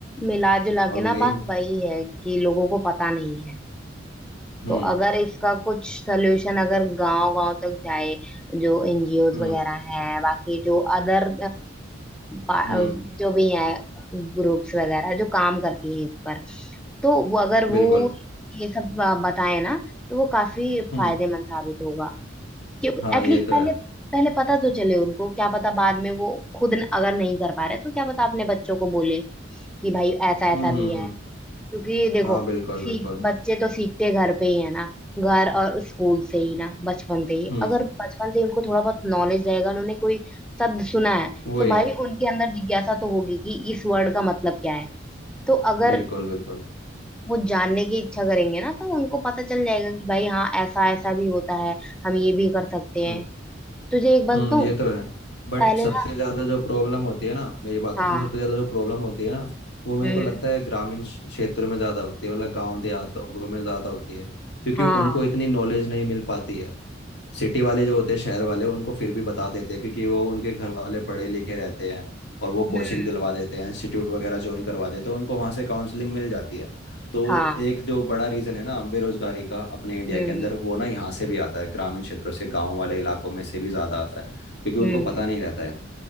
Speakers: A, in the centre; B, on the left (about 65°).
A: मिला जुला
B: और
A: के
B: मेन
A: ना बात वही है कि लोगों को पता नहीं है
B: हम्म
A: तो अगर इसका कुछ सल्यूशन अगर गांव गांव तक जाए जो एनजीओ
B: हम्म
A: वगैरह हैं बाकी जो अदर जो
B: हम्म
A: भी हैं ग्रुप्स वगैरह जो काम करती है इस पर तो वो अगर वो
B: बिल्कुल
A: ये सब बताए ना तो वो काफी
B: हम्म
A: फायदेमंद साबित होगा क्योंकि
B: हाँ
A: एटलीस्ट
B: ये तो
A: पहले
B: है
A: पहले पता तो चले उनको क्या पता बाद में वो खुद न- अगर नहीं कर पा रहे तो क्या पता अपने बच्चों को बोले कि भाई ऐसा
B: हम्म
A: ऐसा भी
B: हम्म
A: है
B: हम्म
A: क्योंकि देखो
B: हाँ बिल्कुल
A: सीख
B: बिल्कुल
A: बच्चे तो सीखते घर पे ही है ना घर और स्कूल से ही ना बचपन से ही
B: हम्म
A: अगर बचपन से ही उनको थोड़ा बहुत नॉलेज रहेगा उन्होंने कोई शब्द सुना है
B: वही
A: तो भाई
B: है
A: उनके अंदर जिज्ञासा तो होगी कि इस वर्ड का मतलब क्या है तो अगर
B: बिल्कुल बिल्कुल
A: वो जानने की इच्छा करेंगे ना तो उनको पता चल जाएगा कि भाई हाँ ऐसा ऐसा भी होता है हम ये भी कर सकते हैं
B: हम्म
A: तुझे एक बात
B: हम्म
A: बताऊं
B: ये तो है
A: पहले
B: बट सबसे
A: ना
B: ज़्यादा जो प्रॉब्लम होती है ना मैं ये बात
A: हाँ
B: तो सुन सबसे ज़्यादा जो प्रॉब्लम होती है ना वो मेरे
A: हम्म
B: को लगता है ग्रामीण क्ष- क्षेत्रों में ज़्यादा होती है मतलब गांव देहात लोगों में ज़्यादा होती है क्योंकि
A: हाँ
B: उनको इतनी नॉलेज नहीं मिल पाती है सिटी वाले जो होते हैं शहर वाले उनको फिर भी बता देते हैं क्योंकि वो उनके घर वाले पढ़े लिखे रहते हैं और वो कोचिंग
A: हम्म
B: दिलवा देते हैं इंस्टीट्यूट वगैरह ज्वाइन करवा देते हैं उनको वहाँ से काउंसलिंग मिल जाती है तो
A: हाँ
B: एक जो बड़ा रीज़न है ना बेरोजगारी का अपने इंडिया
A: हम्म
B: के अंदर वो ना यहाँ से भी आता है ग्रामीण क्षेत्रों से गाँव वाले इलाकों में से भी ज़्यादा आता है क्योंकि उनको
A: हम्म
B: पता नहीं रहता है